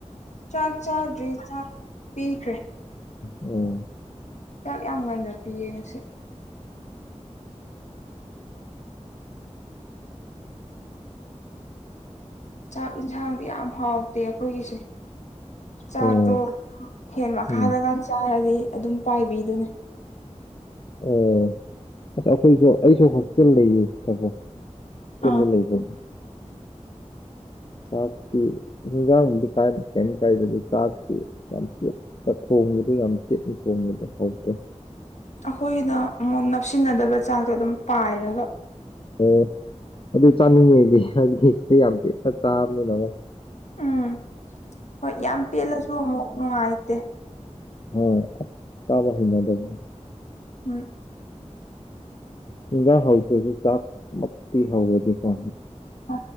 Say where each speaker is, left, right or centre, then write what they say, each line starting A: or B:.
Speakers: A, on the left; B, on the left.
A: ꯆꯥꯛ ꯆꯥꯗ꯭ꯔꯤ ꯆꯥꯛ ꯄꯤꯈ꯭ꯔꯦ
B: ꯑꯣ
A: ꯆꯥꯛ ꯌꯥꯝ ꯉꯟꯅ ꯄꯤꯌꯦ ꯉꯁꯤ ꯆꯥꯛ ꯌꯦꯟꯁꯥꯡꯗꯤ ꯌꯥꯝ ꯍꯥꯎꯇꯦ ꯑꯩꯈꯣꯏꯒꯤꯁꯦ ꯆꯥꯛꯇꯣ
B: ꯑꯣ
A: ꯐꯦꯟ ꯃꯈꯥꯗꯒ
B: ꯎꯝ
A: ꯆꯥꯔꯗꯤ ꯑꯗꯨꯝ ꯄꯥꯏꯕꯤꯗꯨꯅꯦ
B: ꯑꯣ ꯑꯁ ꯑꯩꯈꯣꯏꯁꯨ ꯑꯩꯁꯨ ꯍꯣꯁꯇꯦꯜ ꯂꯩꯌꯦ ꯁꯤꯗꯀꯣ ꯀꯅ
A: ꯑꯥ
B: ꯂꯩꯕꯣ ꯆꯥꯛꯇꯤ ꯍꯤꯡꯖꯥꯡꯗꯤ ꯀꯥꯏ ꯀꯩꯝ ꯀꯥꯏꯗꯦ ꯑꯗꯨ ꯆꯥꯛꯇ ꯊꯣꯡꯕꯗ ꯌꯥꯝ ꯇꯤꯛꯅ ꯊꯣꯡꯕꯗ ꯐꯥꯎꯗ꯭ꯔꯦ
A: ꯑꯩꯈꯣꯏꯒꯤꯗ ꯑꯃꯨꯛ ꯅꯞꯁꯤꯟꯅꯗꯕ ꯆꯥꯛꯇꯣ ꯑꯗꯨꯝ ꯄꯥꯏꯔꯒ
B: ꯑꯣ ꯑꯗꯨ ꯆꯥꯅꯤꯡꯉꯩꯗꯤ ꯑꯗꯨꯗꯤ ꯁꯤꯗꯤ ꯌꯥꯝ ꯄꯤꯛꯅ ꯆꯥꯕꯅꯤꯅꯣ
A: ꯎꯝ ꯍꯣꯏ ꯌꯥꯝ ꯄꯦꯜꯂꯁꯨ ꯑꯃꯨꯛ ꯅꯨꯡꯉꯥꯏꯇꯦ
B: ꯍꯣꯏ ꯆꯕ ꯍꯅ ꯗꯗꯝ
A: ꯍꯣꯏ
B: ꯏꯒꯥ ꯍꯧꯗꯨꯁꯨ ꯆꯥꯛ ꯃꯛꯇꯤ ꯍꯧꯕꯅꯤ ꯀ
A: ꯑ